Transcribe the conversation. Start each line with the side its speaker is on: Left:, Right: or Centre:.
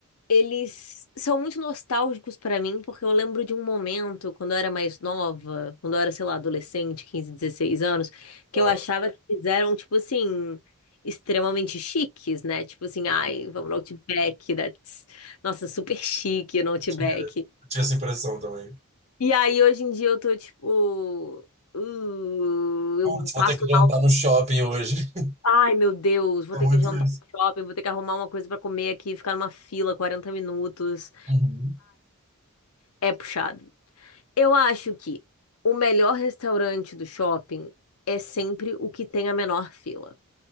Left: eles são muito nostálgicos pra mim, porque eu lembro de um momento, quando eu era mais nova, quando eu era, sei lá, adolescente, 15 16 anos, que
Right: Aham.
Left: eu achava
Right: Eu
Left: que fizeram, tipo assim, extremamente chiques, né? Tipo assim, ai, vamos no Outback, that's... nossa, super chique no Outback.
Right: Tinha, eu tinha essa impressão também.
Left: E aí, hoje em dia, eu tô, tipo, uh,
Right: Putz,
Left: eu
Right: vou
Left: passo
Right: ter que jantar no shopping hoje. <laughs>
Left: Ai, meu Deus, vou
Right: É
Left: ter
Right: muito
Left: que jantar
Right: isso.
Left: no shopping, vou ter que arrumar uma coisa pra comer aqui, ficar numa fila 40 minutos.
Right: Uhum.
Left: É puxado. Eu acho que o melhor restaurante do shopping é sempre o que tem a menor fila.